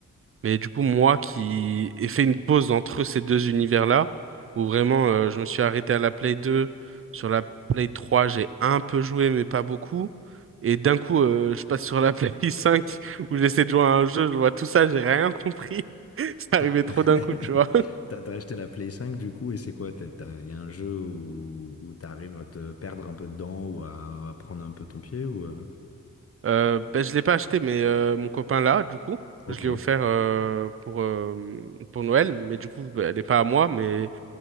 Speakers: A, on the right; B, on the left.
A: Mais du coup, moi qui ai fait une pause entre ces deux univers-là, où vraiment euh, je me suis arrêté à la Play 2, sur la Play 3, j'ai un peu joué, mais pas beaucoup. Et d'un coup, euh, je passe sur la Play <laughs> 5, où j'essaie de jouer à un jeu, je vois tout ça, j'ai rien compris. <laughs> Ça
B: T'as
A: arrivait
B: <laughs>
A: trop d'un coup, tu vois.
B: t'as- t'as acheté la Play 5 du coup, et c'est quoi? Il y a un jeu où, où t'arrives à te perdre un peu dedans ou à, à prendre un peu ton pied ou... euh,
A: Euh, ben, je l'ai pas acheté, mais euh, mon copain l'a, du coup.
B: Ok,
A: Je l'ai offert euh, pour, euh, pour Noël, mais du coup, ben, elle est pas à moi, mais